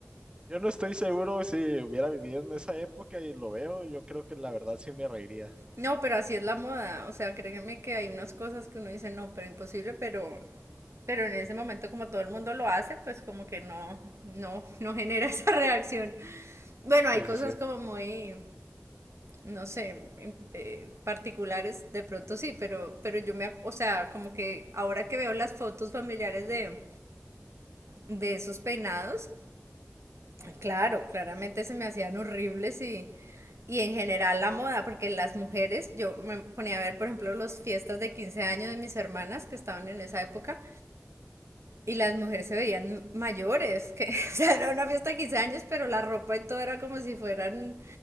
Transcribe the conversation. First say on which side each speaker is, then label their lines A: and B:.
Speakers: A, on the right (about 20°); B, on the right (about 70°).
A: Yo no estoy seguro si hubiera vivido en esa época y lo veo, yo creo que la verdad sí me reiría.
B: No, pero así es la moda. O sea, créeme que hay unas cosas que uno dice, no, pero imposible, pero, pero en ese momento como todo el mundo lo hace, pues como que no, no, no genera <laughs> esa reacción. Bueno, hay
A: Sí,
B: cosas
A: sí, sí.
B: como muy, no sé, em- eh, particulares, de pronto sí, pero, pero yo me, ac- o sea, como que ahora que veo las fotos familiares de, de esos peinados, Claro, claramente se me hacían horribles y, y en general la moda, porque las mujeres, yo me ponía a ver, por ejemplo, las fiestas de 15 años de mis hermanas que estaban en esa época, y las mujeres se veían mayores, que <laughs> o sea, era una fiesta de 15 años, pero la ropa y todo era como si fueran